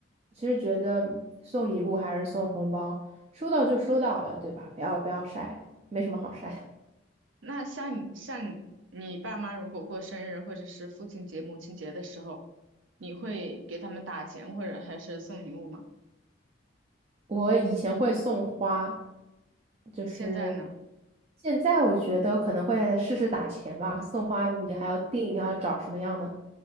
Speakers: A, on the right; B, on the right.
A: 其实觉得送礼物还是送红包，收到就收到了，对吧？不要不要晒，没什么好晒。<laughs>
B: 那像你像你爸妈如果过生日或者是父亲节、母亲节的时候，你会给他们打钱或者还是送礼物吗？
A: 我以前会送花，就是
B: 现在呢？
A: 现在我觉得可能会试试打钱吧。送花你还要定，还要找什么样的，